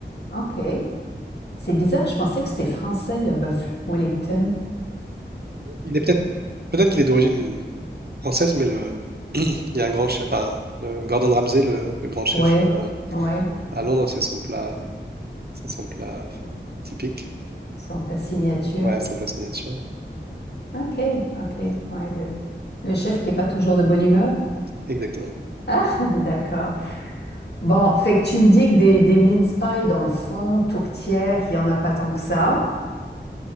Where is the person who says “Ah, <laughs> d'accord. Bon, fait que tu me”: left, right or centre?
Left